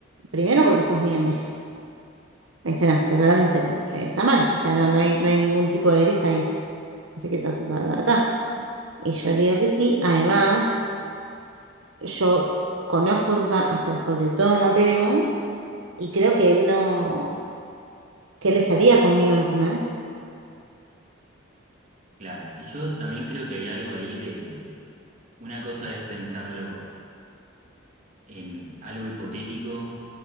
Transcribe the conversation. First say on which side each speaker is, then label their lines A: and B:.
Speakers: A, on the right (about 75°); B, on the right (about 40°).
A: Primero porque sos mía, me dice, me dice, no, pero hablando en serio, eh, está mal, o sea, no, no hay, no hay ningún tipo de gris ahí. No sé qué ta, ta, ta, ta, ta. Y yo le digo que sí, además, yo conozco, a Susana- o sea, sobre todo a Mateo, y creo que él no, que él estaría conmigo, ¿entendés?
B: claro. Y yo también creo que hay algo ahí de, una cosa es pensarlo en algo hipotético